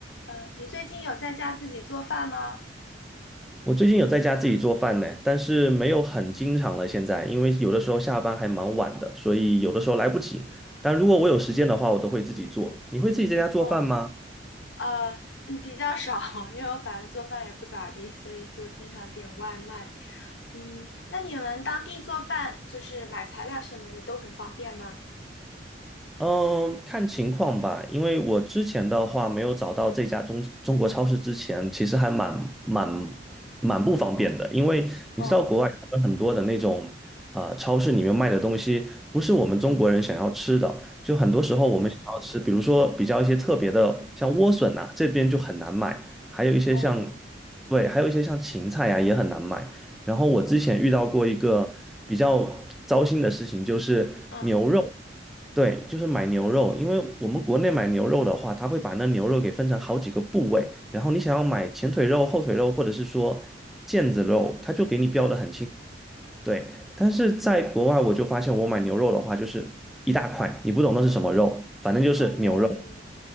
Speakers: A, on the left (about 70°); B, in the centre.
A: 呃，你最近有在家自己做饭吗？
B: 我最近有在家自己做饭呢，但是没有很经常了。现在，因为有的时候下班还蛮晚的，所以有的时候来不及。但如果我有时间的话，我都会自己做。你会自己在家做饭吗？
A: 哦，呃，嗯比较少，<laughs> 因为我反正做饭也不咋地，所以就经常点外卖。嗯，那你们当地做饭就是买材料什么的都很方便吗？
B: 嗯，看情况吧，因为我之前的话没有找到这家中中国超市之前，其实还蛮蛮蛮不方便的，因为你知道国外哦有很多的那种啊、
A: 哦，
B: 呃超市里面卖的东西不是我们中国人想要吃的，就很多时候我们想要吃，
A: 嗯，
B: 比如说比较一些特别的，像莴笋呐、这边就很难买，还有一些像对，
A: 哦，
B: 还有一些像芹菜呀、也很难买。然后我之前遇到过一个比较糟心的事情，就是牛肉。
A: 嗯嗯
B: 对，就是买牛肉，因为我们国内买牛肉的话，它会把那牛肉给分成好几个部位，然后你想要买前腿肉、后腿肉，或者是说腱子肉，它就给你标的很清。
A: 嗯，
B: 对，但是在国外我就发现，我买牛肉的话，就是一大块，你不懂那是什么肉，反正就是牛肉。
A: 哦，